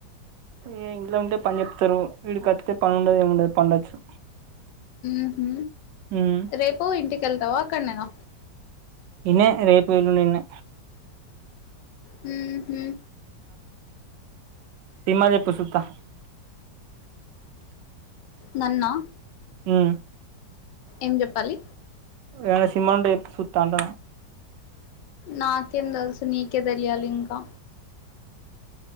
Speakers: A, on the right; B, on the left.
A: ఏ ఇంట్లో ఉంటే పని చెప్తారు ఈడకొస్తే పని ఉండదు ఏమిండదు పండొచ్చు
B: ఇహో
A: ఉమ్
B: రేపు ఇంటికి ళతావా అక్కడనేనా
A: ఇన్న రేపు ఎల్లుడి ఇన్నే
B: హ హ
A: సినిమా చెప్పు చూస్తా
B: నన్నా
A: అ
B: ఏం చెప్పాలి
A: యాదై సినిమా ఉంటే చెప్పు సూత్తంట
B: నాకేం తెలుసు నీకే తెలియాలి ఇంకా